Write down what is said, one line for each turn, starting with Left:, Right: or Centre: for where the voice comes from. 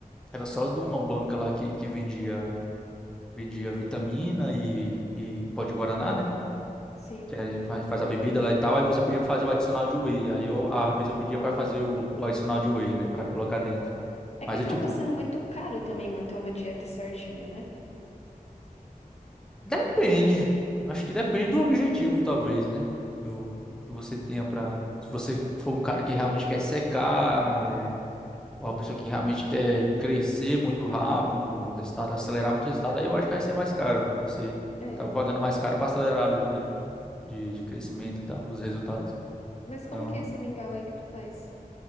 Centre: era só de uma banca lá que, que vendia Vendia vitamina e, e pó de guaraná, né?
Left: Sim.
Centre: Que aí faz faz a bebida lá e tal. Aí você podia fazer o adicional de whey. Aí eu, às vezes, eu
Left: Ah,
Centre: pedia pra fazer
Left: entendi.
Centre: o, o adicional de whey, né? Pra colocar dentro.
Left: É
Centre: Mas
Left: que acaba
Centre: é tipo,
Left: sendo muito caro também manter uma dieta certinha, né?
Centre: depende. Acho que depende do objetivo, talvez, né? Do que você tenha pra. Se você for um cara que realmente quer secar, é, ou uma pessoa que realmente quer crescer muito rápido, um resultado, acelerar muito o resultado, aí eu acho que vai ser mais caro, né? Você
Left: É.
Centre: acaba pagando mais caro pra acelerar ali o tempo de, de crescimento e tal, os resultados.
Left: Mas como
Centre: Então,
Left: que é esse mingau aí que tu faz?